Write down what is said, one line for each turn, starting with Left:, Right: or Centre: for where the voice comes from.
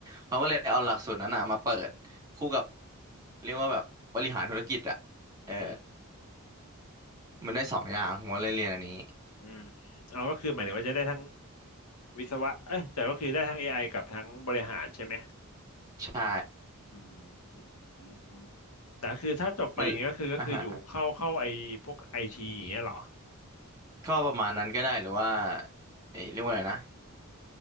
Right: เขาก็เลยเอาหลักสูตรนั้นอ่ะมาเปิดคู่กับเรียกว่าแบบบริหารธุรกิจอ่ะเออ
Left: อืม
Right: มันได้สองอย่างผมก็เลยเรียนอันนี้
Left: อืมเอาก็คือหมายถึงว่าจะได้ทั้งวิศวะเอ้ยแต่ก็คือได้ทั้ง AI กับทั้งบริหารใช่ไหม
Right: ใช่
Left: อืม แต่คือถ้าจบไปอย่างเงี้ยก็คือก็คืออยู่เข้าเข้าไอพวกไอทีอย่างเงี้ยเหรอ
Right: มันอ่ะฮะก็ประมาณนั้นก็ได้หรือว่าเอ้ยเรียกว่าอะไรนะ